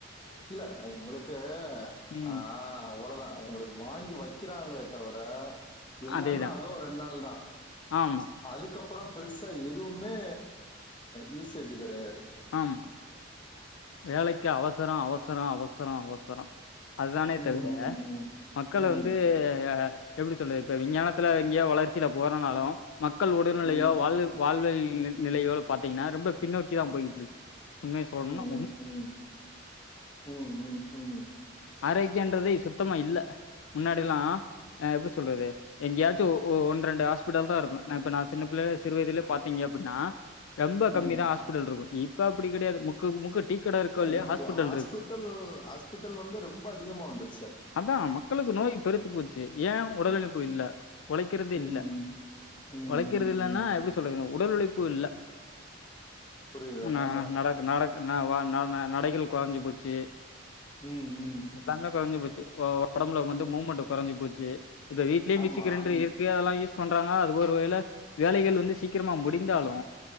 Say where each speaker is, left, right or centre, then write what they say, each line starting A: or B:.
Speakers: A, on the left; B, on the left.
A: இல்ல உங்களுக்கு
B: ம்
A: ஆ அவ்வளோதான் உங்களுக் வாங்கி வைக்கிறாங்களே தவிர எல்லாமே
B: அதே தான்
A: அவும் ரெண்டு நாள் தான்
B: ஆமாம்
A: அதுக்கப்புறம் பெருசா எதுவுமே யூசேஜ் கிடையாது
B: ஆமா வேலைக்கு அவசரொ அவசரொ அவசரொ அவசரொ அதுதானே
A: ம்,
B: தவிர
A: ம், ம்.
B: மக்கள
A: ம்,
B: வந்து எப்படி சொல்றது இப்போ விஞ்ஞானத்தில் எங்கேயோ வளர்ச்சியில போறோனாலும் மக்கள் உடல்நிலையோ
A: ம்,
B: வாழ் வாழ்வைல் நிலையோ பாத்திங்கன்னா ரொம்ப பின்னோக்கி தான் போயிட்டு இருக்கு உண்மய சொல்ணுன்னா
A: உம் உம் உம் உம் உம்
B: ஆரோக்கியன்றது சுத்தமாக இல்ல முன்னாடெிலாம் அ எப்டி சொல்றது எங்கயாச்சும் ஒ ஒ ஒன் ரெண்டு ஹாஸ்பிட்டல் தா இருக்கும் இப்ப நா சின்ன பிள்ளைள சிறுவயதுலயே பாத்தீங்க அப்டின்னா ரெம்ப கம்மி
A: ம்.
B: தா ஹாஸ்பிட்டல் இருக்கு இப்ப அப்டி கெடையாது முக்குக்கு முக்கு டீ கடை இருக்கோ
A: ஓ
B: இல்லையோ
A: உங்களுக்கு ஹாஸ்பிட்டல்
B: இருக்குது
A: ஹாஸ்பிட்டல் வந்து ரொம்ப அதிகமா வந்துருச்சா
B: அதா மக்களுக்கு நோய் பெருத்து போச் சு ஏ ஒடல் உழைப்பு இல்ல ஒழைக்கிறதே
A: ம்,
B: இல்ல
A: ம். ம்,
B: ஒழைக்கிறது
A: ம்,
B: இல்லனா
A: ம்.
B: எப்டி சொ சொல்றதுங்க உடல் உழைப்பு இல்ல
A: புரியுது.
B: நா
A: ஆ.
B: நடக்க நடக் நா வா ந ந நடைகள் கொறைஞ்சி போச்சு
A: ம் ம்
B: தானா கொறைஞ்சி போச்சு ஒ ஒடம்புல வந்து மூமெண்ட்டு கொறைஞ்சி போச்சு இப்ப வீட்லே மிக்சி
A: ஆமா.
B: கிரைண்ட்ரு இருக்கு அதெல்லா யூஸ் பண்றாங்க அது ஒருவேள வேலைகள் வந்து சீக்கிரமா முடிந்தாலு